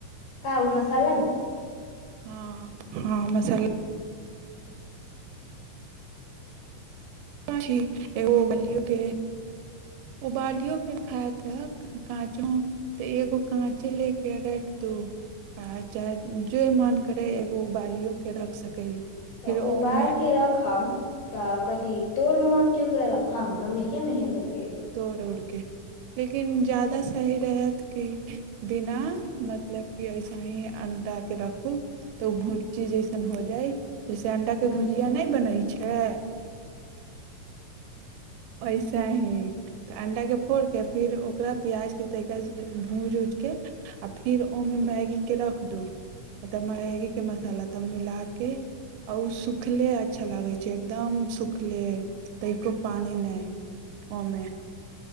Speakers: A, on the left; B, on the right.
A: का उ मसाला मे
B: हुँ हँ मसाला एगो बियो के ओ उबालियो के खाय त काँचो तऽ एगो काँचे ले के राख दू आ चाहे जे मन करे एगो उबालियो के रख सकली
A: तऽ
B: फिर
A: उबाल
B: ओमे
A: के रखम तऽ ठीक तोड़ मोड़ क ओकरा रखम ए महिय करके
B: पड़ उड़के लेकिन ज्यादा सही रहत कि बिना मतलब कि अऐसे ही अणडाके राखू तऽ ओ भुर्जी जैसन हो जाय जैसे अंडा के
A: ह
B: भुजिया नहि बन छै वैसे ही तऽ अण्डाके फोड़ कऽ फेर ओकरा प्याजके तरीका भूजि उज के आओर फिर ओहिमे मैगीके रख दू मतलब मैगीके मसाला तब मिलाके आओर ओ सुखले अच्छा लगै छै एकदम सुखले तायस पानी मे ओ मे